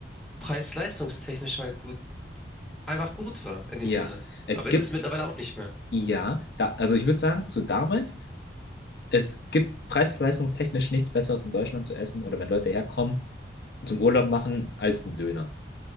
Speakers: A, in the centre; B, on the left.
A: preis-leistungstechnisch halt gut einfach gut war in dem
B: Ja.
A: Sinne.
B: Es
A: Aber es
B: gibt,
A: ist mittlerweile auch nicht mehr.
B: ja, da, also ich würde sagen, zu damals, es gibt preis-leistungstechnisch nichts Besseres in Deutschland zu essen oder wenn Leute herkommen und zum Urlaub machen als ein Döner.